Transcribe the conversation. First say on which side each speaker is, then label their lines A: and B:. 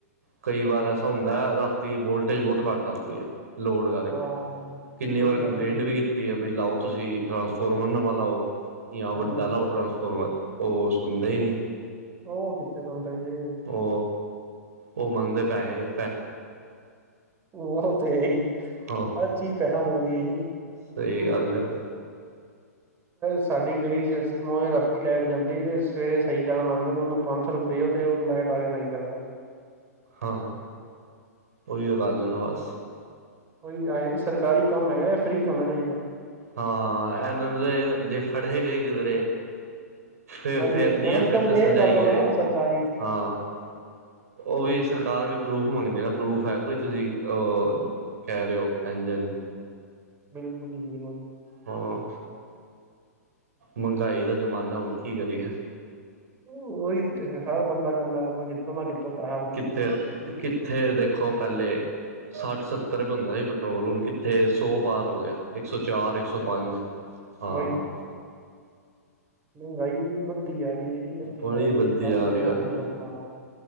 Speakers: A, on the right; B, on the right.
A: ਕਈ ਵਾਰ ਐਸਾ ਹੁੰਦਾ ਰਾਤੀ ਵੋਲਟੇਜ ਬਹੁਤ ਘੱਟ ਆਂਦੀ ਐ ਲੋਡ ਕਰਕੇ।
B: ਹਾਂ
A: ਕਿੰਨੀ
B: ਉਹੀ
A: ਵਾਰ ਕੰਪਲੇਂਟ
B: ਗੱਲ ਹੈ
A: ਵੀ ਕੀਤੀ ਐ ਬਈ ਲਾਉ ਤੁਸੀਂ ਟਰਾਂਸਫੋਰਮਰ ਨਵਾਂ ਲਾਉ। ਜਾਂ
B: ਹਾਂਜੀ
A: ਵੱਡਾ
B: ਹਾਂਜੀ
A: ਲਾਉ ਟਰਾਂਸਫੋਰਮਰ ਉਹ ਸੁਣਦੇ ਹੀ ਨਹੀਂ।
B: ਓ ਕਿੱਥੇ ਸੁਣਦੇ ਜੀ।
A: ਓ ਉਹ ਮੰਗਦੇ ਪੈਹੇ।
B: ਉਹ ਤੇ ਹੈ ਹੀ ਐ,
A: ਹਾਂ
B: ਹਰ ਚੀਜ਼ ਪੈਸਾ ਮੰਗਦੀ ਐ ਜੀ।
A: ਸਹੀ ਗੱਲ।
B: ਸਾਡੀ ਗਲੀ ਚ ਨੋ ਰਾਤੀ ਲੈਟ ਜਾਂਦੀ ਤੇ ਸਵੇਰੇ ਸਹੀ ਕਰਨ ਆਂਦੇ ਨੇ ਉਹਨੂੰ। ਪੰਜ ਸੋ ਰੁਪਏ ਦਿਓ ਤੇ ਉਹ ਲਾਈਟ ਆ ਕੇ ਸਹੀ ਕਰਦਾ।
A: ਹਾਂ, ਓਹੀਓ ਗੱਲ ਐ ਨਾ ਬਸ।
B: ਕੋਈ ਆਏ ਤੇ ਸਰਕਾਰੀ ਕੰਮ ਹੈਗਾ ਜਾਂ ਫਰੀ ਚ ਹੋਣਾ ਚਾਹੀਦਾ।
A: ਹਾਂ ਇਹਨਾਂ ਨੂੰ ਜੇ ਫੜੇ ਗਏ ਕਿਧਰੇ। ਫੇਰ
B: ਉਹੀ
A: ਤੇ ਫੇਰ ਨੀ
B: ਉਹਨਾਂ
A: ਆ
B: ਦੀ
A: ਫੇਰ
B: ਕੰਪਲੇਂਟ
A: ਤਾਂ ਸਜ਼ਾ
B: ਕਰ
A: ਹੀ
B: ਦੇਣਾ
A: ਐ
B: ਸਰਕਾਰੀ ਚ
A: ਹਾਂ। ਉਹ ਵੀ ਸਰਕਾਰ ਵੀ ਪਰੂਫ ਮੰਗਦੀ ਨਾ ਪਰੂਫ ਹੈ ਕੋਈ ਤੁਸੀਂ ਅਹ ਕੈਅ ਰਹੇ ਓ ਐਜ ਐਜ।
B: ਬਿਲਕੁਲ ਜੀ ਬਿਲਕੁਲ।
A: ਹਾਂ, ਮੰਗਾਈ ਦਾ ਜ਼ਮਾਨਾ ਹੁਣ ਕੀ ਕਰੀਏ।
B: ਓਹੀ ਤੇ ਹਰ ਬੰਦਾ ਕਹਿੰਦਾ ਆਉਣਾ ਕਿੱਥੋਂ ਪੈ
A: ਕਿੱਥੇ ਕਿੱਥੇ ਦੇਖੋ ਪਹਿਲੇ, ਸੱਠ ਸੱਤਰ ਰੁਪਏ ਹੁੰਦਾ ਸੀ ਪੈਟਰੋਲ ਹੁਣ ਕਿੱ ਕਿੱਥੇ ਸੌ ਪਾਰ ਹੋ ਗਿਆ, ਇੱਕ ਸੌ ਚਾਰ ਇੱਕ ਸੌ ਪੰਜ ਹਾਂ।
B: ਉਹੀ ਮਹਿੰਗਾਈ ਐਨੀ ਵੱਧਦੀ ਜਾ ਰਹੀ ਐ ਜੀ ਵੱਧਦੀ
A: ਬੜੀ
B: ਜਾ ਰਹੀ
A: ਵੱਧਦੀ
B: ਐ ਕੰਮ
A: ਜਾ ਰਹੀ
B: ਐਨਾ
A: ਭਾਜੀ
B: ਹੈਨੀ ਲੋਕਾਂ ਦਾ।